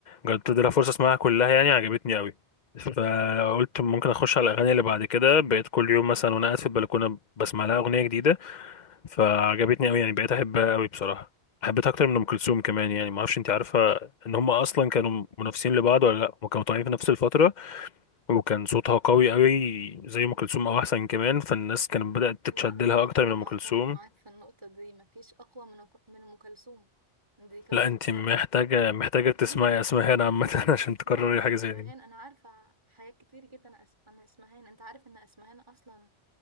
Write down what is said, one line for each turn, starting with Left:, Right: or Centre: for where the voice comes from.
Left: جربت ادي لها فرصه اسمعها كلها يعني عجبتني قوي فقلت ممكن اخش على الاغاني اللي بعد كده بقيت كل يوم مثلا وانا قاعد في البلكونه بسمع لها اغنيه جديده فعجبتني قوي يعني بقيت احبها قوي بصراحه حبيتها اكتر من ام كلثوم كمان يعني ما اعرفش انت عارفه ان هم اصلا كانوا منافسين لبعض ولا لا هم كانوا طالعين في نفس الفتره وكان صوتها قوي قوي زي ام كلثوم او احسن كمان فالناس كانت بدات تتشد
Right: لا معلش
Left: لها اكتر
Right: انا
Left: من ام كلثوم
Right: اعترض معاك في النقطه دي مفيش اقوى من من ام كلثوم دي كوكب
Left: لا انت
Right: الشرق
Left: محتاجه محتاجه
Right: <clears throat>
Left: تسمعي اسمهان عامه <laughs>
Right: انا
Left: عشان
Right: سمعت
Left: تكرري
Right: اسمهان
Left: حاجه زي دي
Right: انا عارفه حاجات كتير جدا أس... عن اسمهان انت عارف ان اسمهان اصلا